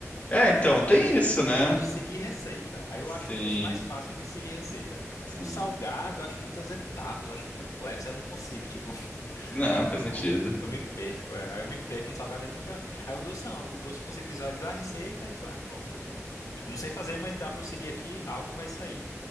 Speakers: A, on the left; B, on the left.
A: É, então,
B: aí Eu gosto
A: tem
B: assim,
A: isso, né?
B: eu gosto de seguir receita. Aí eu
A: Sim,
B: acho o doce mais fácil de seguir receita.
A: sim.
B: O salgado, eu acho muitas etapas, eu acho complexo, aí eu não consigo, tipo, <laughs>
A: Não,
B: acho muito.
A: faz sentido.
B: Eu me perco, é. Aí eu me perco no salgado, aí nunca. Aí o doce não, o doce eu consigo visualizar a receita e falar, ah, bom, eu tipo, não sei fazer, mas dá pra eu seguir aqui, algo vai sair.